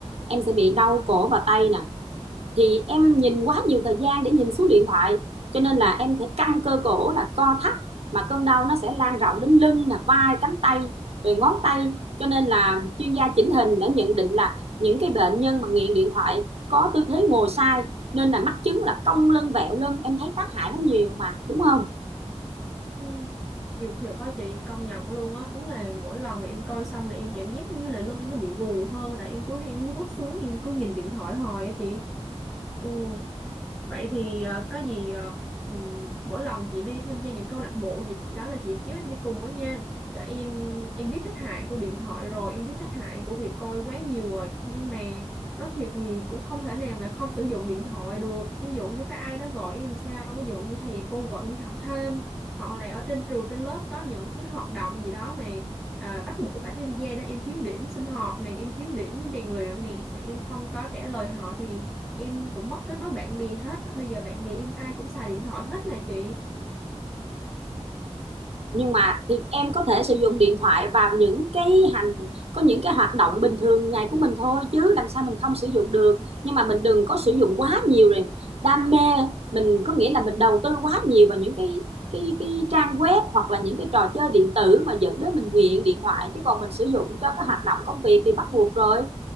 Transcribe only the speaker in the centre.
Ừ. nhiều thiệt á chị công nhận luôn á đúng là mỗi lần mà em coi xong là em cảm giác như là lưng em nó bị gù hơn tại em cứ hay ngước xuống em cứ nhìn điện thoại hoài á chị Ừ, vậy thì ờ, có gì ờ, ừ, mỗi lần chị đi tham gia những câu lạc bộ gì đó là chị kéo em đi cùng với nha để em em biết tác hại của điện thoại rồi em biết tác hại của việc coi quá nhiều rồi nhưng mà nói thiệt thì cũng không thể nào mà không sử dụng điện thoại được ví dụ như có ai đó gọi em sao ví dụ như thầy cô gọi em đi học thêm hoặc là ở trên trường trên lớp có những cái hoạt động gì đó mà à, bắt buộc em phải tham gia đó em kiếm điểm sinh hoạt nè em kiếm điểm rèn luyện nè mà em không có trả lời họ thì em cũng mất kết nối bạn bè hết bây giờ bạn bè em ai cũng xài điện thoại hết nè chị